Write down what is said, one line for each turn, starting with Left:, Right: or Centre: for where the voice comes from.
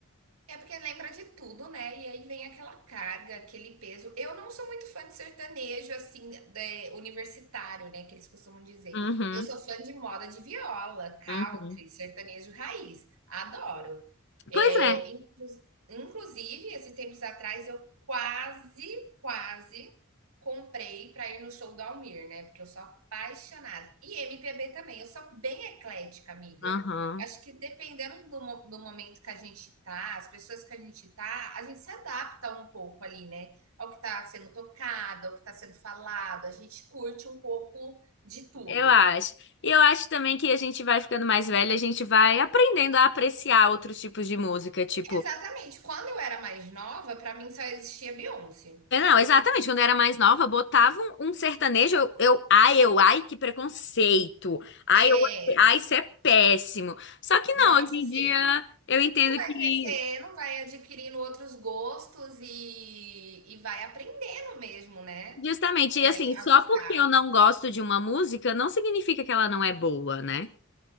Right: É porque lembra de tudo, né? E aí vem aquela carga, aquele peso. Eu não sou muito fã de sertanejo, assim, de- universitário, né? Que eles costumam dizer.
Left: Uhum,
Right: Eu sou fã de moda de viola, country,
Left: uhum.
Right: sertanejo raiz. Adoro. É,
Left: Pois é.
Right: inclu- inclusive, esses tempos atrás, eu quase, quase comprei para ir no show do Almir, né? Porque eu sou apaixonada. E MPB também. Eu sou bem eclética, amiga.
Left: Aham.
Right: Acho que dependendo do, do momento que a gente tá, as pessoas que a gente tá, a gente se adapta um pouco ali, né? Ao que tá sendo tocado, ao que tá sendo falado, a gente curte um pouco de tudo.
Left: Eu acho. E eu acho também que a gente vai ficando mais velha, a gente vai aprendendo a apreciar outros tipos de música, tipo.
Right: Exatamente. Quando eu era mais nova, pra mim só existia Beyoncé.
Left: é, Não, exatamente. Quando eu era mais nova, botava um, um sertanejo, eu, eu, ai, eu, ai, que preconceito. Ai,
Right: É,
Left: eu, ai, isso é péssimo. Só que
Right: nossa,
Left: não, hoje em
Right: assim,
Left: dia eu entendo
Right: vai
Left: que,
Right: crescendo, vai adquirindo outros gostos e, e vai aprendendo mesmo, né?
Left: justamente, e
Right: É,
Left: assim, só
Right: a gostar.
Left: porque eu não gosto de uma música, não significa que ela não é boa, né?